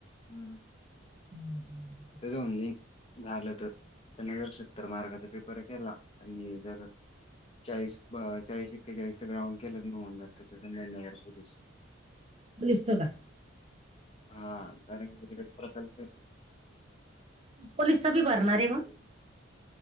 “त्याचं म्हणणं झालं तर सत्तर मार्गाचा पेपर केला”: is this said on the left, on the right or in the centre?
Left